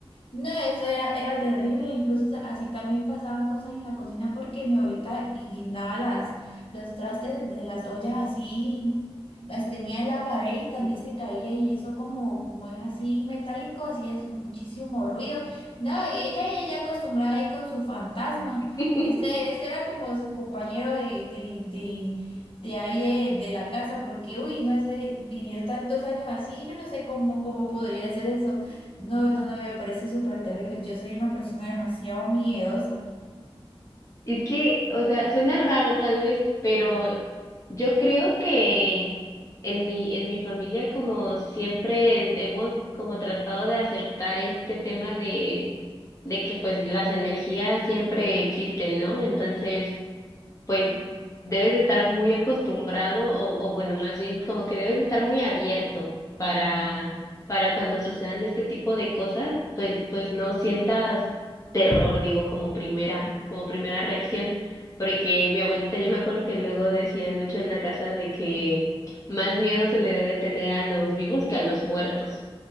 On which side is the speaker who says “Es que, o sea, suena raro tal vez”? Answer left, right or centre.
Left